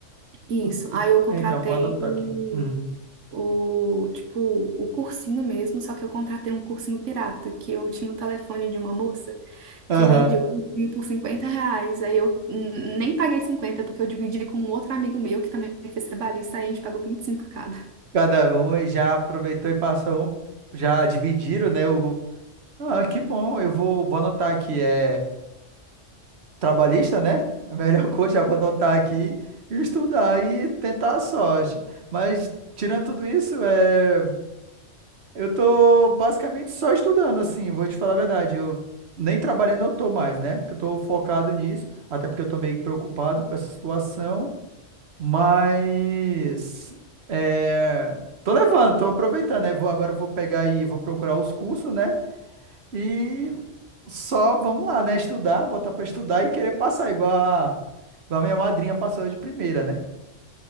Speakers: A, on the right; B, on the right.
A: isso,
B: O-
A: aí
B: o-
A: eu contratei
B: então, vou anotar
A: o,
B: aqui. Uhum.
A: o, tipo, o cursinho mesmo, só que eu contratei um cursinho pirata, que eu tinha o telefone de uma moça
B: Aham.
A: que vendia o cursinho por 50 reais, aí eu hum, nem paguei 50 porque eu dividi com um outro amigo meu, que também fez trabalhista, aí a gente pagou 25 cada.
B: Cada um e já aproveitou e passou um, já dividiram, né? O, ah, que bom, eu vou, vou anotar aqui, é trabalhista, né? <laughs> A melhor coisa, já vou anotar aqui e estudar e tentar a sorte. Mas tirando tudo isso, é, eu tô basicamente só estudando, assim, vou te falar a verdade, eu nem trabalhando eu tô mais, né? Porque eu tô focado nisso, até porque eu tô meio preocupado com essa situação. Mas é, tô levando, tô aproveitando, né? Vou, agora eu vou pegar e vou procurar os cursos, né? E só vamos lá, né? Estudar, botar pra estudar e querer passar, igual a, igual a minha madrinha passou de primeira, né?